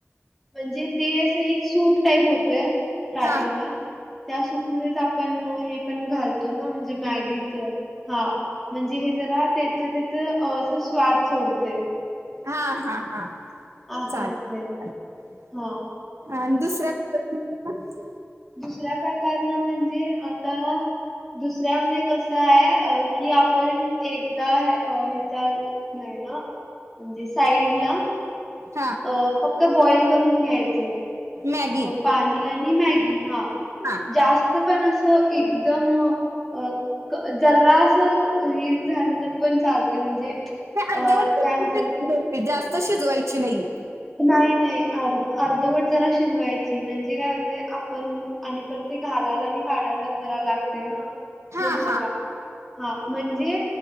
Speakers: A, in the centre; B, on the right.
A: म्हणजे ते असं एक सूप टाईप होतय स्टार्टिंगला,
B: हा
A: त्या सूप मध्येच आपण हे पण घालो- तो ना म्हणजे मॅगीच हा म्हणजे हे जरा त्याच अस स्वाद सोडते
B: हा हा हा
A: असं
B: चालेल
A: असते
B: चालेल
A: हा
B: आणि दुसऱ्या पद्धतीच
A: दुसऱ्या प्रकारन म्हणजे आता दुसऱ्यामध्ये कस आहे अ कि आपण एकदा अ ह्याच्या नाही ना म्हणजे साईड ला
B: हा
A: अ फक्त बॉईल करून घ्यायचं
B: मॅगी
A: पाणी आणि मॅगी हा.
B: हा
A: जास्त पण असं एकदम अ जरासच हे झालं तर पण चालत म्हणजे
B: ते
A: अ
B: अर्ध वट
A: काय म्हणतात
B: जास्त शिजवायची नाहीये.
A: नाही नाही अर् अर्धवट जरा शिजवायची म्हणजे काय होतंय आपण, आणि परत ते घालायला आणि काढायला जरा लागते ना
B: हा
A: नंतरला.
B: हा
A: हा म्हणजे